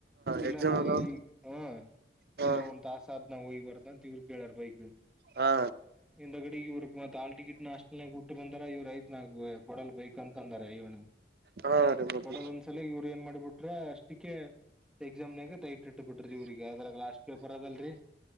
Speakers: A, in the centre; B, on the right.
A: ಇಲ್ಲ
B: ಎಕ್ಸಾಮ್
A: ನಾ
B: ಅದ
A: ಈ ಹ
B: ಹಾ
A: ಇಲ್ಲ ಒಂತ ಆಸಾದ್ ನಾವು ಹಯ್ವ. ತ ತಿವಳ್ ಕೇಳಳಾರ ಬೈಕ್.
B: ಹಾ
A: ಎಂದ ಕಡೆ ಇವ ಆಾಳ್ ಟಿಕೆಟ್ ನಷ್ಟ ಅ ಇವ್ರು ಐತ್ನ ಕೊಡಲ್ ಬೇಕಕ್ ಅಂತ ಅಂದಾರೆ ಇವನ
B: ಹಾ ರೀ ಮತ್ತ
A: ಒಡಗ ಒಂದ್ಸಲ ಇವರು ಏನ್ ಮಾಡಿಬಿಟ್ರ ಅಷ್ಟಕ್ಕೆ ಎಕ್ಸಾಮ್ನಾಗ ತೈ ಇಟ್ ಇಟ್ಟ ಬಿಟ್ರಿ ಇವ್ರಿಗೆ ಅದ್ರಾಗ ಲಾಸ್ಟ್ ಪೇಪರ್ ಅದಲ್ರರಿ